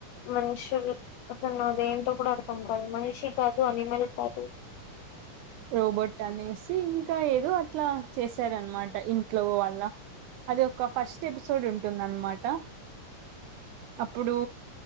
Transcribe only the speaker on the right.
రోబోట్ అనేసి ఇంకా ఏదో అట్లా చేశారు అనమాట ఇంట్లో వాల్ళ అది ఒక ఫస్ట్ ఎపిసోడ్ ఉంటుందనమాట అప్పుడు